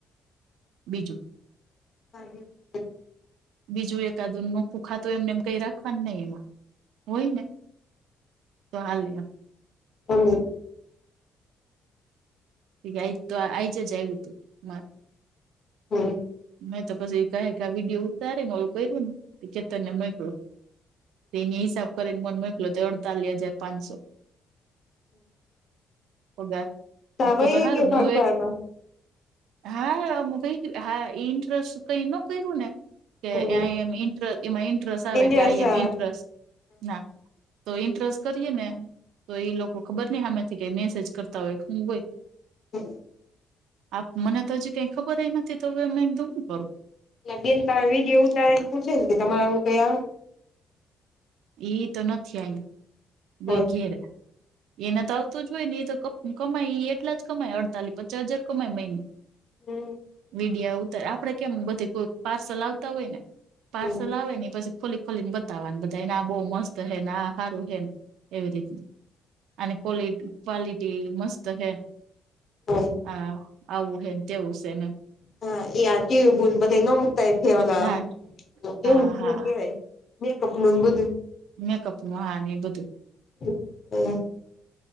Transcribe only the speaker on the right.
બીજું
બીજું એકાદુન ન ખુખા તો એમને એમ કઈ રાખવાનું નહી એમાં હોય ને તો હાલે એમ
હ આજ તો આઈજ જ આવું હતું મારે
મેં તો પછી કઈ ક વિડીયો ઉતારી ને ઓલું કર્યું ને કેતન ને મોકલું તેની હિસાબ કરીને મને મોકલો તે અડતાલીસ હજાર પાંચસો
પગાર
મ તો
તો સારું
ને હા કઈ હા ઇન્ટરે કઈ ન કર્યું ને કે
આમ ઇન્ટ એમાં ઇન્ટરેસ્ટ આવે
કે આ એમ
ઇન્ટરેસ્ટ ના તો ઇન્ટરેસ્ટ કરીએ ને તો એઈ લોકો ખબર નહિ હમેથી કઈ મેસેજ કરતા હોય હોય.
આપ મને તો હજી કઈ ખબર હ નથી તો હવે અમે એકદું હુ કરું.
એ તો નથી આય
ગઈ ઘેરે એના તો આવતું જ હોય ને એ તો કમાય એ એટલા જ કમાય અડતાલીસ પચાસ હજાર કમાય મહિને
વિીડિયા ઉતર આપડે કેમ બધી કોઈ પાર્સલ આવતા હોય ને પાર્સલ
આવે ને પછી ખોલી ખોલીને બતાવાનું બધાને આ બહ મસ્ત હે ને આ સારું હે ને એવી રીત અને ક્લિ ક્વલિટી મસ્ત છેે
આ આવું હેમ, તેવું છેને
હા
હા
હા
મેકઅપ નું હા એ બધું